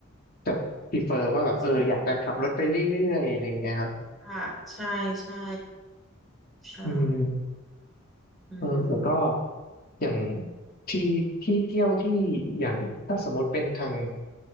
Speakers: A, on the left; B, in the centre.
A: จะ prefer ว่าแบบเอออยากจะขับรถไปเรื่อยๆอะไรอย่างเงี้ยครับ
B: ใช่ครับค่ะใช่ใช่ใช่
A: อืม
B: อืม
A: เออแต่ก็อย่างที่ที่เที่ยวที่อย่างถ้าสมมติเป็นทาง